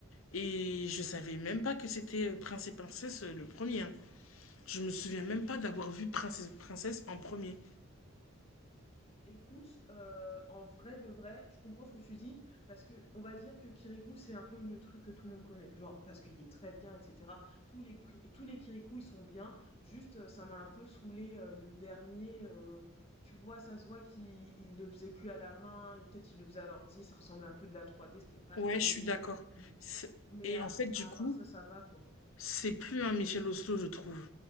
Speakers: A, on the left; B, on the left.
A: et je savais même pas que c'était euh, Prince et Princesse euh, le premier. hein. Je me souviens même pas d'avoir vu Prince et Princesse en premier.
B: Écoute, heu, en vrai de vrai, je comprends ce que tu dis parce que on va dire que Kirikou, c'est un peu le truc que tout le monde connaît. Genre parce qu'il est très bien et cetera. Tous les cri tous les Kirikou, ils sont bien. Juste, heu, ça m'a un peu saoulé heu, le dernier, heu, tu vois, ça se voit qu'il il le faisait plus à la main et peut-être il le faisait à l'ordi, ça ressemble un peu de la 3D, c'était pas
A: Ouais,
B: très joli.
A: je suis d'accord.
B: M
A: C'est-
B: mais
A: Et
B: à
A: en fait, du
B: à
A: coup,
B: part ça, ça va, quoi.
A: c'est plus un Michel Oslo, je trouve.